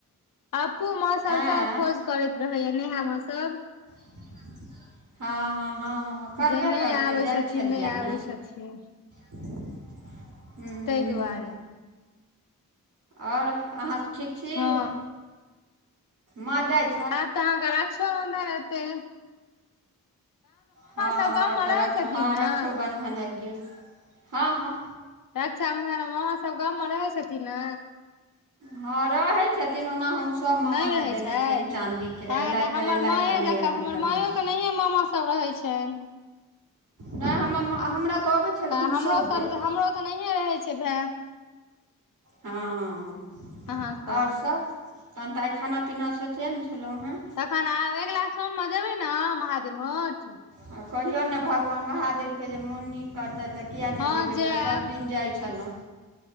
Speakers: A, on the left (about 65°); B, on the right (about 60°).
A: अपपू मामा
B: आँय
A: सब-सब खोज करैत रहेया नेहा मामा सब।
B: <unintelligible> हाँ- हाँ करबे
A: जे नहि
B: करतै
A: आबै
B: जाइ
A: छथिन
B: छलिया
A: नहि आबै
B: न
A: छथिन
B: <unintelligible> <unintelligible> हुँ-हुँ-हुँ
A: ताहि दुआरे
B: और अहाँ के ठीक छी?
A: हँ
B: मा जाइत।
A: आब त अहाँके राक्षोबन्धन एते।
B: हाँ
A: सब गाममे
B: तऽ
A: रहै
B: रक्षा
A: छथिन
B: हाँ
A: ने
B: रक्षोबन्धन आब गेल हाँ-हाँ।
A: रक्षाबंधन में मामा सब गाममे रहै छथिन न।
B: ह रहै छथिन ओना हम मामाके
A: ने रहै
B: देने
A: छैय
B: छियनि चाँदीके अयलथि
A: हाँ तऽ हमर
B: अयलथि
A: माए
B: आ नहि
A: जाके
B: अयलथि
A: हमर
B: तऽ
A: माँयोके
B: नहि अयलथि
A: नहिये मामा सब कियो रहै छैन।
B: ने हमर मां हमरा तऽ अबै छलखिन
A: हमरो
B: सब बेर।
A: हमरो तऽ नहिये रहै छै भै
B: हँ
A: अहाँके
B: और सब तहन तऽ आइ खाना-पीना स चैन छलौ है
A: तखन आब अगिला सोममे जेबै ने महादेव मठ
B: ह कहियौन ने भगवान महादेवके जे मोननिक करतै तऽ किए
A: हँ
B: नै जेबै
A: जायब
B: तऽ सबदिन जाइ छलौ